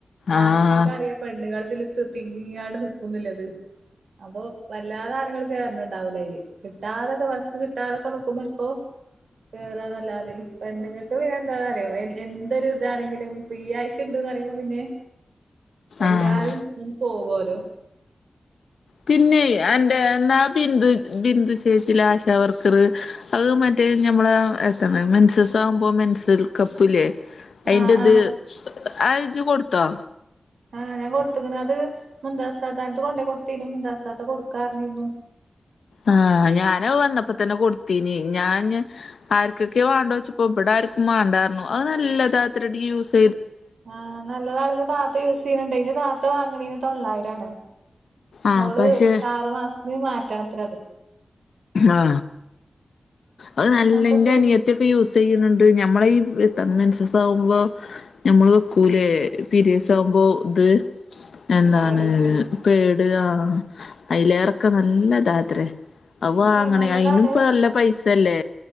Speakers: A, on the left; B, on the right.
A: ആഹ്
B: ആണ്ങ്ങൾക് അറിയ പെണ്ണ്ങ്ങള് ഇതില് ത് തിങ്ങിക്കാണ്ട് നിക്കുന്നില്ലത് അപ്പൊ വല്ലാതെ ആണ്ങ്ങള് കേർനി ണ്ടാവൂല അയില് കിട്ടാതൊക്കെ വസ്സ് കിട്ടാതൊക്കെ നിക്കുമ്പോ ഇപ്പോ കേറാന്നല്ലാതെ തയ് പെണ്ണുങ്ങൾക്ക് പിന്നെ എന്താ അറിയോ എന്തൊരു ഇതാണെങ്കിലും ഫ്രീ ആയിട്ടുണ്ട് ന്നറിമ്പോ പിന്നെ എല്ലാരും
A: ആഹ്
B: ഉം പോവോലോ ലോ
A: പിന്നെയ് അന്റെ എന്നാ ബിന്ദു ബിന്ദു ചേച്ചില്ലെ ആശാവർക്കറ് അഹ് മറ്റേ ഞമ്മളേ ആ ത മെൻസസ്സ്‌ ആവുമ്പോ മെൻസറൽ കപ്പ്ല്ലേ അയിന്റെത്
B: ആഹ് ആഹ്
A: അത് ഇജ്ജ് കൊടുത്തോ
B: ആഹ് ഞാൻ കൊട്ത്ത്ക്ക്ണ് അത് മുന്താസ് താത്താന്റടുത്ത് കൊണ്ടോയ് കൊടുത്തീന്നു മുന്താസ് താത്ത കൊടുക്കാറഞ്ഞിരുന്നു.
A: ആ ഞാനവ് വന്നപ്പോ തന്നെ കൊടുത്തീനി ഞാന് ആർക്കൊക്കെ വാണ്ടോച്ചപ്പോ ഇബടെ ആർക്കു മാണ്ടർഞ്ഞു അത് നല്ലതാത്ര ടിയൂസ്
B: ആഹ് നല്ലതാണ്ത് താത്ത യൂസ് ചെയ്യണ് ണ്ടേ ഇത് ന്റെ താത്ത വാ വാങ്ങ്ണീന് തൊള്ളായിര രാണ്
A: ആഹ്
B: ഓള്
A: പക്ഷെ
B: ആറ് മാസത്തിന് വാ പറ്റണത്രേ അത്.
A: ആ അത് നല്ല
B: അങ്ങൻത്തെ
A: ഇന്റെ
B: ചൂ
A: അനിയത്തിയൊ ക്കെ യൂസ് ചെയ്യ്ണ് ണ്ട് ഞമ്മളെ ഈ <unintelligible> മൻസസാവുമ്പോ ഞമ്മൾ വെക്കൂലേ പിരിയട്‌സ് ആവുമ്പോ ഇത് എന്താണ്
B: പാഡ്
A: പേ <unintelligible> അയിലേറെക്ക നല്ലതാത്രേ. അത് വാങ്ങാണേ
B: ആണേ നല്ലതാണ്
A: അയിനുപ്പം നല്ല പൈസ സല്ലെ.